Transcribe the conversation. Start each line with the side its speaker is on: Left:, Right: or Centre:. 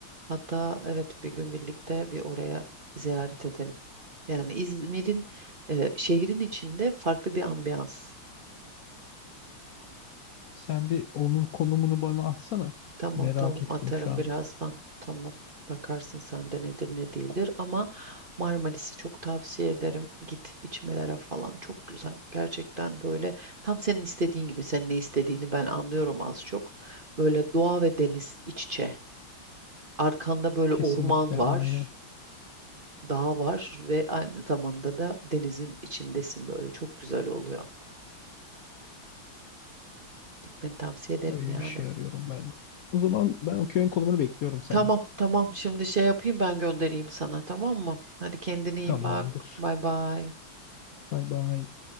Right: Hatta evet bir gün birlikte bir oraya ziyaret edelim. Yani İzmir'in e, şehrin içinde farklı bir ambiyans.
Left: Sen bir onun konumunu bana atsana.
Right: Tamam
Left: Merak
Right: tamam
Left: ettim
Right: atarım
Left: şu an.
Right: birazdan. Tamam. Bakarsın sende nedir ne değildir ama Marmaris'i çok tavsiye ederim. Git içmelere falan çok güzel. Gerçekten böyle tam senin istediğin gibi senin ne istediğini ben anlıyorum az çok. Böyle doğa ve deniz iç içe. Arkanda böyle
Left: Kesinlikle
Right: orman var,
Left: aynen.
Right: dağ var ve aynı zamanda da denizin içindesin böyle çok güzel oluyor. Gitmeni tavsiye ederim
Left: Öyle
Right: yani.
Left: bir şey arıyorum ben de. O zaman ben o köyün konumunu bekliyorum senden.
Right: Tamam tamam şimdi şey yapayım ben göndereyim sana tamam mı? Hadi kendine iyi
Left: Tamamdır.
Right: bak. Bay bay.
Left: Bay bay.